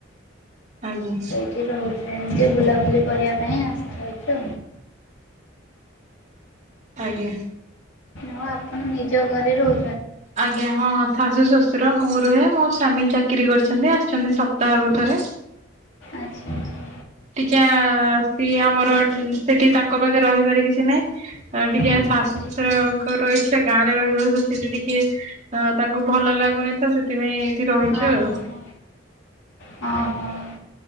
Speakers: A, on the right; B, on the left.
A: ଆଜ୍ଞା
B: ସେଇଠି ରହୁଛି ଏମିତି ବୁବୁ କରିବା ପାଇଁ ଆସିଥାଉଛି।
A: ଆଜ୍ଞା।
B: ହ ଆପଣ ନିଜ ଘରେ ରହୁ
A: ଆଜ୍ଞା ହଁ ଶାଶୁ ଶ୍ୱଶୁର ମୁଁ ରୁହେ ମୋ ସ୍ୱାମୀ ଚାକିରି କରିଛନ୍ତି। ଆସିଛନ୍ତି ସେ ତା କଥାରେ
B: ଆଚ୍ଛା ଆଚ୍ଛା
A: ଟିକେ ସିଏ ଆମର ସେଠି ତାଙ୍କ ପାଖେ ରହିବାର କିଛି ନାହିଁ ଟିକେ
B: ହଁ
A: ଶାଶୁ
B: ହଁ
A: ଶଶୁରଙ୍କର ଇଚ୍ଛା ଗାଁରେ ରହିବାକୁ ସେଇଠି ଟିକେ ଅ ତାଙ୍କୁ ଭଲ ଲାଗୁନି ତ ସେଥିପାଇଁ ରହିଛୁ
B: ହଁ
A: ଆଉ।
B: ହଁ ହଁ ହଁ ହଁ।